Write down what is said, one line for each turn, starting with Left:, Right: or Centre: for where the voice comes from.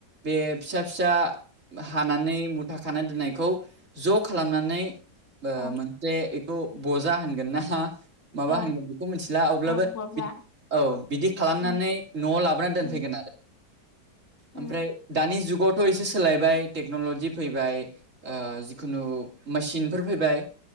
Right: बे फिसा फिसा हानानै मुथा खाना दोननायखौ ज' खालामनानै ओ
Left: औ औ
Right: मोनसे बेखौ बजा होनगोन ना माबा
Left: औ
Right: होनगोन बेखौ मिथिला अब्लाबो
Left: औ बजा
Right: बिद औ बिदि खालामनानै
Left: उम
Right: न'आव लाबोना दोनफैगोन।
Left: उम उम
Right: आमफ्राय दानि जुगाव थ एसे सोलायबाय टेक्न'लजि फैबाय ओ जिखुनु मेसिनफोर फैबाय।